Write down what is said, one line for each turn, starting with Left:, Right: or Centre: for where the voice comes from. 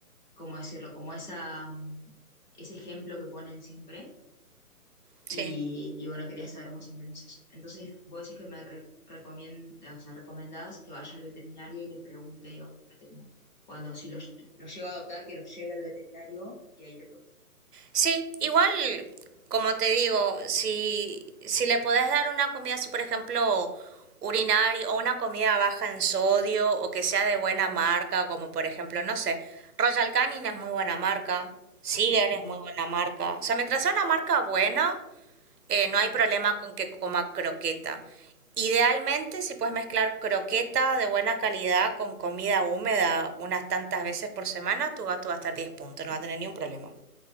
Left: ¿cómo decirlo? Como esa, mm, ese ejemplo que ponen siempre.
Right: Sí.
Left: Y, y bueno, quería saber más o menos eso. Entonces, vos decís que me re- recomien- o sea, recomendás que vaya al veterinario y le pregunte, digamos, al veterinario. Cuando si lo, lo lleva a adoptar, que lo lleve al veterinario y ahí le pregunte.
Right: Sí, igual, como te digo, si, si le podés dar una comida así, por ejemplo, urinaria o una comida baja en sodio o que sea de buena marca, como por ejemplo, no sé, Royal Canin es muy buena marca, Siger
Left: Bien,
Right: es muy buena marca. O sea, mientras sea una marca buena, eh, no hay problema con que coma croqueta. Idealmente, si puedes mezclar croqueta de buena calidad con comida húmeda unas tantas veces por semana, tu gato va a estar 10 puntos, no va a tener ni un problema.